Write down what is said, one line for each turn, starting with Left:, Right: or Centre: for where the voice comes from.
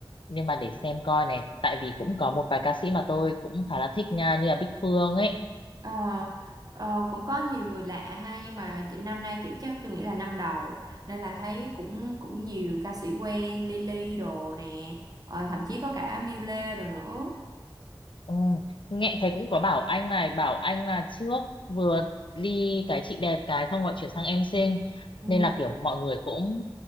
Left: nhưng mà để xem coi này, tại vì cũng có một vài ca sĩ mà tôi cũng khá là thích nha, như là Bích Phương ấy.
Right: Ờ, ờ, cũng có nhiều người lạ ha nhưng mà chị- năm nay kiểu chắc tôi nghĩ là năm đầu nên là thấy cũng cũng nhiều ca sĩ quen Lily đồ nè, ờ, thậm chí có cả Miu Lê đồ nữa.
Left: Ừ, nghe thấy cũng có bảo anh này, bảo anh là trước vừa đi cái chị đẹp cái xong rồi chuyển sang em sinh
Right: Ừ.
Left: nên là kiểu mọi người cũng